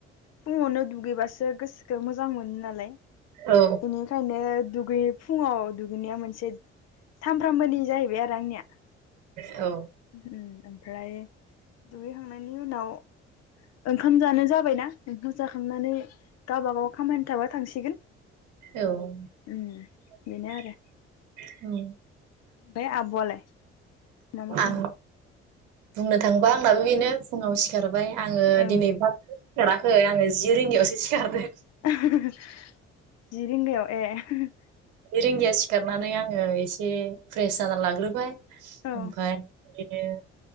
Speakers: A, on the left; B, on the right.
A: फुङावनो दुगैबासो गोसोखौ मोजां मोनो नालाय
B: औ
A: बेनिखायनो दुख <unintelligible> दुगैयै फुङाव दुगैनाया मोनसे सामफ्रामबोनि जाहैबाय आरो आंनिया
B: औ
A: उम ओमफ्राय दुगैखांनायनि उनाव ओंखाम जानो जाबायना ओंखाम जाखांनानै गावबागाव खामानि थाबा थांसिगोन
B: औ
A: उम बेनो आरो।
B: <unintelligible>
A: बे आब'आलाय? मा मा खालामनाय
B: आं। बुंनो थांबा आंनाबो बेनो फुङाव सिखार हारबाय आङो
A: ओं
B: दिनै <unintelligible> <unintelligible> आङो जि रोङियावसो सिखारो।
A: <unintelligible> <unintelligible> जि रिंगायाव ए।
B: रिंगियाव सिखारनानै आङो इसे फ्रेस जानानै लाग्रोबाय। ओमफाय
A: औ
B: <unintelligible>